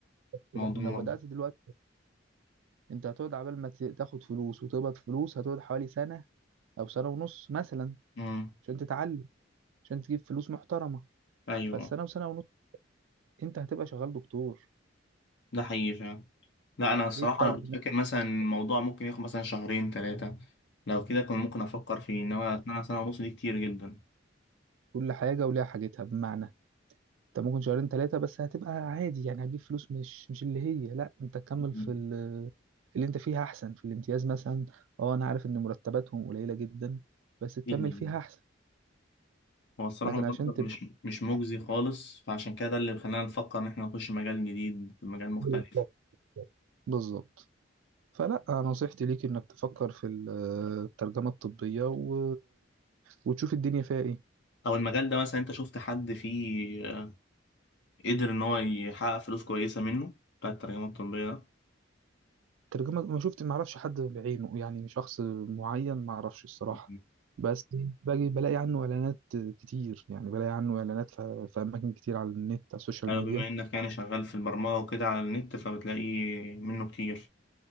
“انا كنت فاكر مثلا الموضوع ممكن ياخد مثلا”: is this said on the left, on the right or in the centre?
Left